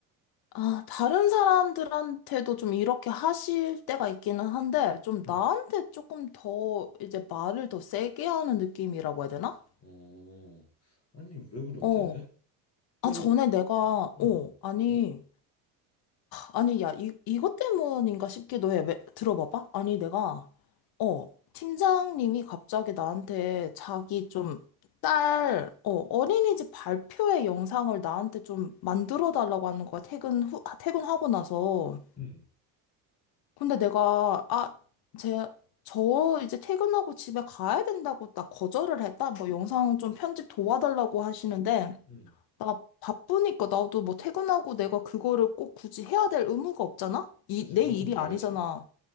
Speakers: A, on the left (about 50°); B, on the left (about 30°).
A: 아, 다른 사람들한테도 좀 이렇게 하실 때가 있기는 한데, 좀
B: 응.
A: 나한테 조금 더 이제 말을 더 세게 하는 느낌이라고 해야 되나?
B: 어, 아니, 왜 그런데?
A: 어.
B: 너
A: 아,
B: 뭐,
A: 전에
B: 그,
A: 내가, 어,
B: 어,
A: 아니,
B: 뭐,
A: 아니, 야, 이, 이것 때문인가 싶기도 해. 왜- 들어봐봐. 아니, 내가, 어, 팀장님이 갑자기 나한테 자기 좀 딸, 어, 어린이집 발표회 영상을 나한테 좀 만들어 달라고 하는 거야. 퇴근 후, 퇴근하고 나서.
B: 응.
A: 근데 내가, 아, 제, 저 이제 퇴근하고 집에 가야 된다고 나 거절을 했다. 뭐 영상 좀 편집 도와달라고 하시는데,
B: 응.
A: 나 바쁘니까 나도 뭐 퇴근하고 내가 그거를 꼭 굳이 해야 될 의무가 없잖아? 이,
B: 그치,
A: 내
B: 밥은
A: 일이
B: 가야지.
A: 아니잖아.